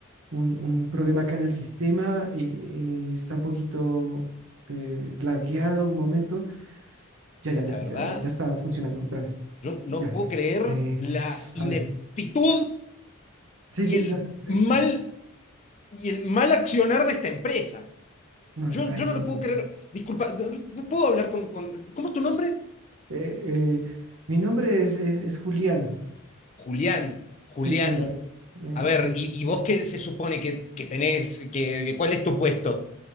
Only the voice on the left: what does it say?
La
verdad,
yo
no puedo creer
la ineptitud
y
el
mal,
y el mal accionar de esta empresa.
Yo,
yo no
lo
puedo creer. Disculpa, no, no puedo hablar con, con- ¿Cómo es tu nombre?
Julián, Julián.
A ver,
¿y, y vos qué se supone que, que tenés? Que, que- ¿cuál es tu puesto?